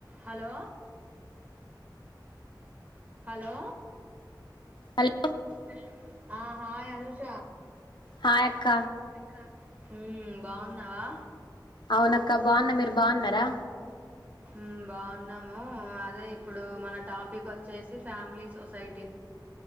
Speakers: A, on the right (about 20°); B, on the left (about 75°).
A: Hello hello
B: hello
A: hello ఆ hi Anusha
B: hi అక్క
A: క హుమ్... బావున్నావా
B: అవునక్క బాగున్నా మీరు బాగున్నారా
A: మ్ బావున్నాము అ.. అదే ఇప్పుడు మన టాపిక్ వచ్చేసి ఫ్యామిలీ సొసైటీ